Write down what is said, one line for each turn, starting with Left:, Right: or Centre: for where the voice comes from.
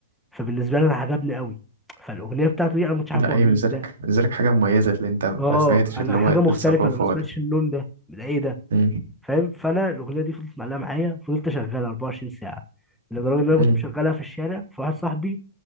Centre: فبالنسبه لي انا عجبني قوي فالاغنيه بتاعته دي انا ما كنتش عارف
Right: لا
Centre: هو
Right: هي
Centre: مين
Right: بالنسبالك
Centre: ده
Right: بالنسبالك حاجة مميزة اللي انت
Centre: اه
Right: ما سمعتش
Centre: انا
Right: اللي
Centre: حاجه
Right: هو
Centre: مختلفه
Right: الثقافة
Centre: انا ما سمعتش
Right: ولا
Centre: النون ده ده ايه ده
Right: امم
Centre: فاهم فانا الاغنيه دي فضلت معلقه معايا فضلت اشغلها 24 ساعه لدرجه ان انا كنت
Right: امم
Centre: مشغلها في الشارع فواحد صاحبي